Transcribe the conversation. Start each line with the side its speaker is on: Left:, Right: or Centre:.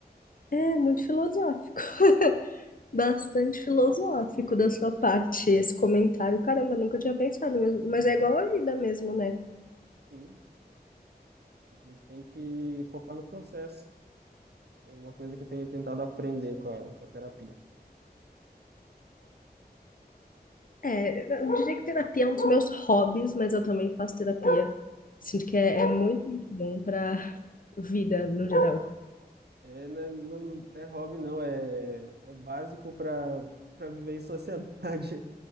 Left: É muito filosófico. <laughs> Bastante filosófico da sua parte esse comentário. Caramba, eu nunca tinha pensado mesmo. Mas é igual a vida mesmo, né?
Right: Sim. A gente tem que focar no processo. É uma coisa que eu tenho tentado aprender com a, com a terapia.
Left: É, eu não diria que terapia é um dos meus hobbies, mas eu também faço terapia. Sinto que é,
Right: Não é
Left: é
Right: hobby,
Left: muito, muito bom para vida no geral.
Right: é, né, não é hobby, não. É, é básico para para viver em sociedade.